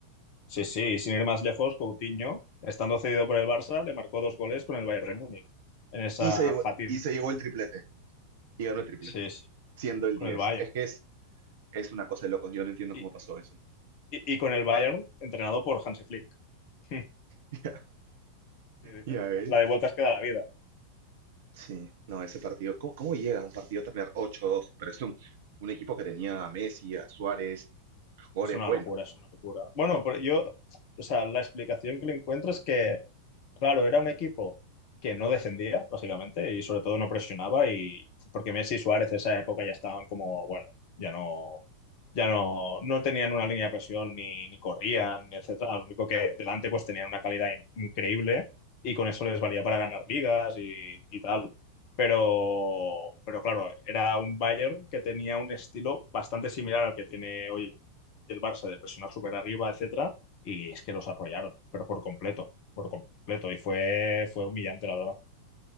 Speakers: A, on the left; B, on the right.
A: sí, sí, y sin ir más lejos, Coutinho, estando cedido por el Barça, le marcó dos goles con el Bayern de Múnich en esa
B: Y se llevó,
A: fatídica,
B: y se llevó el triplete. Y ganó el triplete.
A: sí, sí,
B: Siendo el
A: con
B: diez
A: el Bayern.
B: Es que es, es una cosa de locos. Yo no entiendo
A: Y,
B: cómo pasó eso.
A: y- y con el Bayern entrenado por Hansi Flick. <laughs>
B: <laughs> Ya,
A: Que dices,
B: ya
A: La
B: ves.
A: la de vueltas queda la vida.
B: Sí, no, ese partido. ¿Cómo, cómo llega un partido a terminar ocho dos Pero es un, un equipo que tenía a Messi, a Suárez, a jugadores
A: Es una
B: buenos.
A: locura, es una locura. Bueno, pero yo, o sea, la explicación que le encuentro es que, claro, era un equipo que no defendía, básicamente, y sobre todo no presionaba, y porque Messi y Suárez en esa época ya estaban como, bueno, ya no, ya no, no tenían una línea de presión, ni, ni corrían, ni etcétera. Lo único que delante pues tenían una calidad in- increíble y con eso les valía para ganar ligas y, y tal. Pero, pero claro, era un Bayern que tenía un estilo bastante similar al que tiene hoy del Barça de presionar súper arriba, etcétera, y es que los arrollaron, pero por completo, por completo, y fue, fue humillante, la verdad.